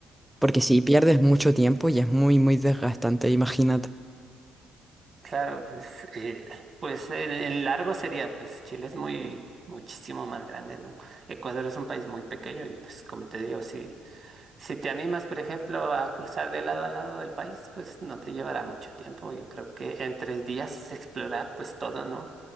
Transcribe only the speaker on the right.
Claro, pues, eh, pues en, en largo sería, pues Chile es muy, muchísimo más grande, ¿no? Ecuador es un país muy pequeño y pues como te digo, sí Si te animas, por ejemplo, a cruzar de lado a lado del país, pues no te llevará mucho tiempo. Yo creo que en tres días se explora pues todo, ¿no?